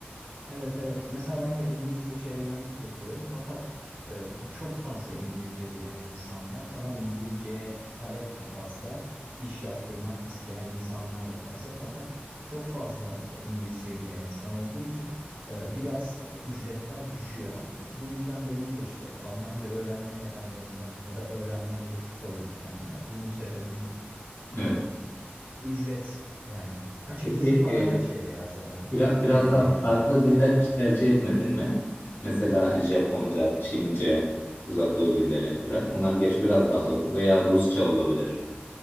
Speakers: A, on the right; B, on the left.
A: Evet evet. Mesela ben de İngilizce çevirmenlik yapıyorum fakat e, çok fazla İngilizce bilen insan var. Tamam İngilizceye talep de fazla, iş yaptırmak isteyen insanlar da fazla fakat çok fazla e, İngilizce bilen insan olduğu için e, biraz e, ücretler düşüyor. Bu yüzden benim de işte Almanca öğrenme nedenlerimden ya da öğrenme hedefi koydum kendime. Bunun sebebin
B: Evet.
A: e, ücret yani. Açıkçası
B: Peki
A: para
B: e,
A: her şey ya sanırım
B: Biraz, biraz
A: geleceğimiz
B: daha farklı
A: için.
B: diller hiç tercih etmedin mi? Mesela Japonca, Çince, Uzak Doğu dilleri. Bira- onlar gerçi biraz daha zor. Veya Rusça olabilir.